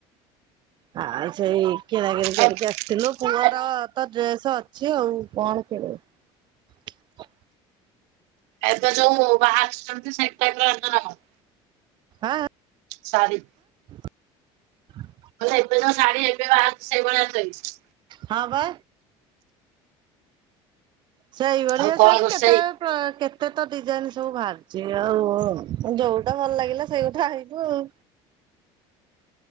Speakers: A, on the right; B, on the right.
A: ଆ ସେଇ କିଣାକିଣି କରିକି
B: ଏ
A: ଆସିଥିଲୁ। ପୁଅର
B: ଏ
A: ତ ଡ୍ରେସ ଅଛି ଆଉ କଣ କିଣୁବୁ?
B: ଏବେ ଯୋଉ ବାହାରୁଛନ୍ତି ସେଇ ଟାଇପର ଆଣିଛ ନା କଣ?
A: ଆଁ।
B: ସାରି।
A: <unintelligible>
B: ହଁ ଏବେ ଯୋଉ ଶାଢୀ ଏବେ ବାହାରଚି ସେଇଭଳିଆ ଚାଲଛି।
A: ହଁ ବା। ସେଇଭଳିଆ
B: ଆଉ କଣ
A: ଶାଢ଼ୀ
B: ରୋଷେଇ?
A: କେତେ ପ କେ ଏତେ ତ ଡିଜାଇନ ସବୁ ବାହାରିଚି ଆଉ ଯୋଉଟା ଭଲ ଲାଗିଲା ସେଇଟା ଆଣିବୁ ଆଉ।